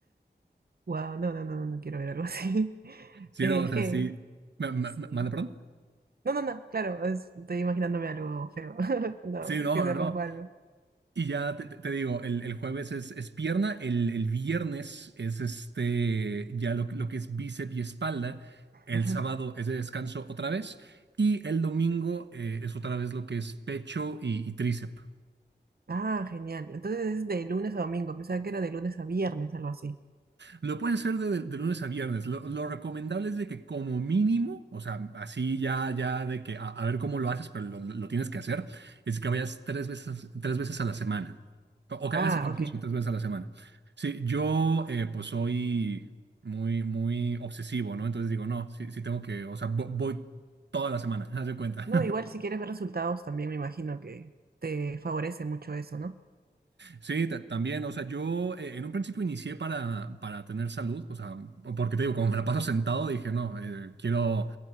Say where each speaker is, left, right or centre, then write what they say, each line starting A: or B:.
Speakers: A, on the right; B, on the right.
A: Wow, no, no, no, no, no quiero ver algo así. <laughs>
B: Sí,
A: Eh,
B: no, o
A: es
B: sea,
A: que,
B: sí. Ma- ma-
A: sí.
B: ma- ¿Manda, perdón?
A: No, no, no, claro, es- estoy imaginándome algo feo. <laughs> No,
B: Sí, no,
A: que se
B: no,
A: rompa
B: no.
A: algo.
B: Y ya te, te- te digo, el, el jueves es, es pierna, el, el viernes es este, ya lo, lo que es bíceps y espalda, el
A: Ujú.
B: sábado es de descanso otra vez y el domingo eh, es otra vez lo que es pecho y, y tríceps.
A: Ah, genial. Entonces es de lunes a domingo. Pensaba que era de lunes a viernes, algo así.
B: Lo pueden hacer de, de lunes a viernes. Lo, lo recomendable es de que como mínimo, o sea, así ya, ya de que a, a ver cómo lo haces, pero lo, lo tienes que hacer, es que vayas tres veces, tres veces a la semana. O, o que
A: Ah,
B: hagas ejercicio
A: ok.
B: tres veces a la semana. Sí, yo eh, pues soy muy, muy obsesivo, ¿no? Entonces digo, no, sí, sí tengo que, o sea, vo- voy toda la semana, <laughs> haz de cuenta.
A: No, igual si quieres ver resultados también me imagino que te favorece mucho eso, ¿no?
B: Sí, ta- también, o sea, yo eh, en un principio inicié para, para tener salud, o sea, porque te digo, como me la paso sentado, dije, no, eh, quiero,